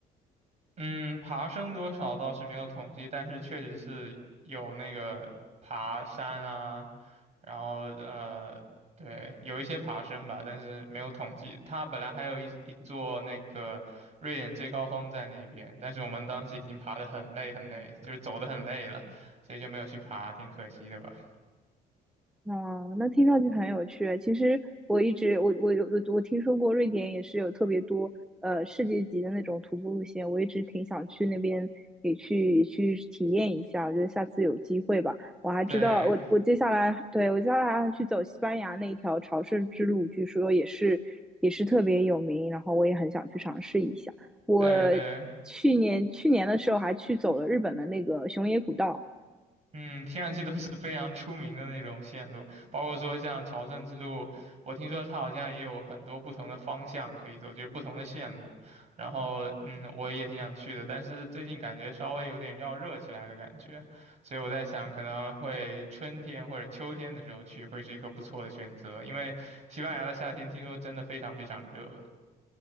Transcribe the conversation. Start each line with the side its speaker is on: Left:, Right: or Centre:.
Right: 嗯，爬升多少倒是没有统计，但是确实是有那个爬山啊，然后呃，对，有一些爬升吧，但是没有统计。它本来还有一一座那个瑞典最高峰在那边，但是我们当时已经爬得很累很累，就是走得很累了，所以就没有去爬，挺可惜的吧。
Centre: 哦，那听上去很有趣。其实我一直我我有我我听说过瑞典也是有特别多呃世界级的那种徒步路线，我一直挺想去那边也去去体验一下。我觉得下次有机会吧。我还知道我我接下来对我接下来还要去走西班牙那一条朝圣之路，
Right: 对，
Centre: 据说也是也是特别有名，然后我也很想去尝试一下。我
Right: 对对，
Centre: 去年去年的时候还去走了日本的那个熊野古道。
Right: 嗯，听上去都是非常出名的那种线路，包括说像朝圣之路，我听说它好像也有很多不同的方向可以走，就是不同的线路。然后，嗯，我也挺想去的，但是最近感觉稍微有点要热起来的感觉，所以我在想，可能会春天或者秋天的时候去会是一个不错的选择，因为西班牙的夏天听说真的非常非常热。